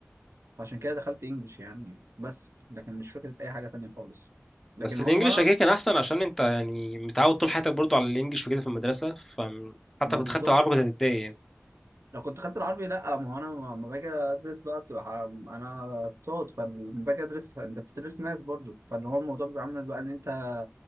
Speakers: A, on the right; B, in the centre.
A: فعشان كده دخلت انجلش يعني بس لكن مش فكره اي حاجه تانية خالص لكن
B: بس الإنجليش
A: هم
B: أكيد كان أحسن عشان أنت يعني متعود طول حياتك برضو على الإنجليش وكده في المدرسة فحتى
A: ما
B: كنت
A: بالظبط
B: خدت عربي كنت هتتضايق يعني
A: لو كنت خدت العربي لا ما هو انا لما باجي ادرس بقى بتبقى ح- انا اقتصاد فلما باجي ادرس انت بتدرس ماس برضو فاللي هو الموضوع بيبقى عامل بقى ان انت